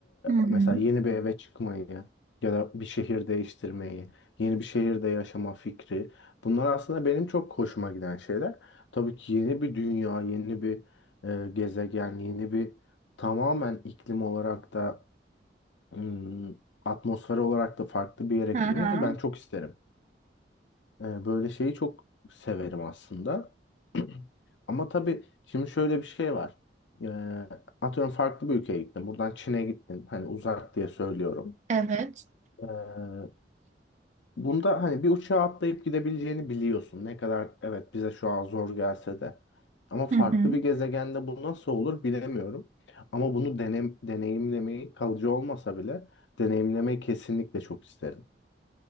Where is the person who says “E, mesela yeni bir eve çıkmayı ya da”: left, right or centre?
Left